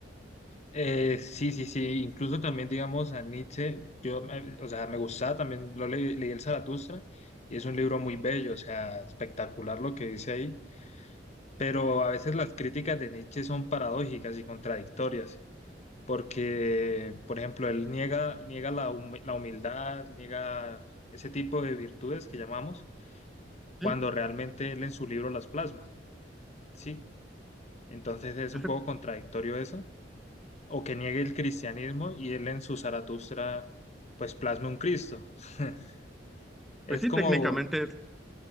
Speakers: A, on the left; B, in the centre.
A: Eh, sí, sí, sí. Incluso también, digamos, a Nietzsche, yo, me- o sea, me gustaba también, lo le- leí el Zaratustra y es un libro muy bello, o sea, espectacular lo que dice ahí. Pero a veces las críticas de Nietzsche son paradójicas y contradictorias. porque, por ejemplo, él niega, niega la, humi- la humildad, niega ese tipo de virtudes que llamamos, cuando
B: Sí,
A: realmente él en su libro las plasma, ¿sí? Entonces es
B: eso-
A: un poco contradictorio eso, o que niegue el cristianismo y él en su Zaratustra, pues plasma un Cristo. <laughs> Es
B: pues sí,
A: como,
B: técnicamente